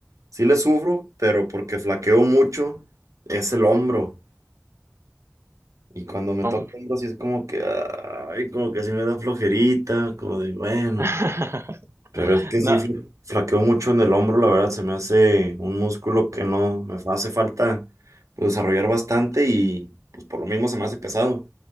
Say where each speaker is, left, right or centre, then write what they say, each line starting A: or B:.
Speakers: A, on the right; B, on the right.
A: sí le sufro, pero porque flaqueo mucho, es el hombro. Y cuando me
B: hom-
A: toca hombros, sí es como que, ay, como que sí me da flojerita, como de, bueno.
B: <laughs>
A: Pero es que
B: No,
A: sí fla- flaqueo mucho en el hombro, la verdad, se me hace un músculo que no, me fa- hace falta pues, desarrollar bastante y pues por lo mismo se me hace pesado.